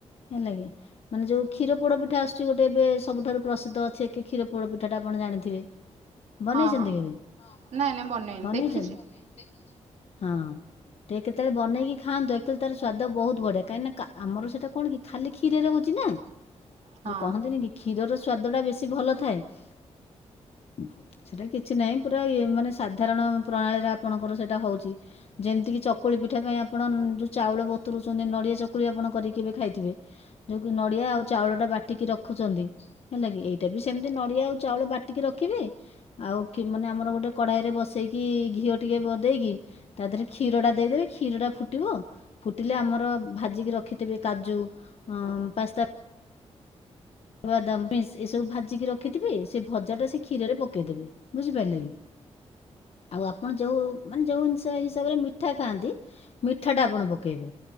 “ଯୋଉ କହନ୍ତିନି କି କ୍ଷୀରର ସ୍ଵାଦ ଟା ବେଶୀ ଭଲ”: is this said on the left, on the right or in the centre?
Left